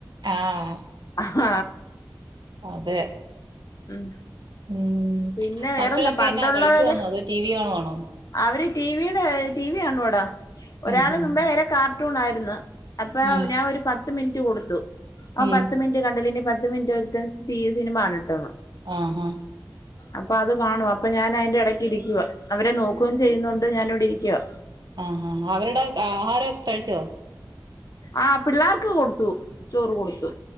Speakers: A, on the right; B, on the left.
A: ആഹ്
B: ആഹ്
A: അതെ
B: ഉം
A: ഉം
B: പിന്നെ വേറെന്താ
A: മക്കളൊക്കെ
B: പണ്ടൊള്ളവര്
A: എന്നാ കളിക്കുവാന്നോ അതോ ടി വി കാണുവാണോ
B: അവര് ടിവിടെ ടി വി കാണുവാടാ ഒരാള്
A: ഉം ഉം
B: മുമ്പേ വരെ കാർട്ടൂണാര്ന്ന് അപ്പ
A: ഉം
B: ഞാൻ ഒരു പത്ത് മിനിറ്റ് കൊട്ത്തു ആ
A: ഉം
B: പത്ത് മിൻ റ്റ് കണ്ടില്ലേ ഇനി പത്ത് മിനിറ്റ് ഒര്ത്തൻ ടി സിനിമകാണട്ട്ന്ന്
A: ആഹാ
B: അപ്പ അത് കാണുവാ അപ്പ ഞാൻ അയിന്റെ എടക്ക് ഇരിക്കുവാ അവരെ നോക്കും ചെയ്യ്ന്നൊണ്ട് ഞാൻ ഇവ്ടിരിക്കുവാ
A: ആഹ് ആഹ് അവര്ടെ ആഹാരൊക്കെ കഴിച്ചോ
B: ആഹ് പിള്ളാർക്ക് കൊട്ത്തു ചോറ് കൊടുത്തു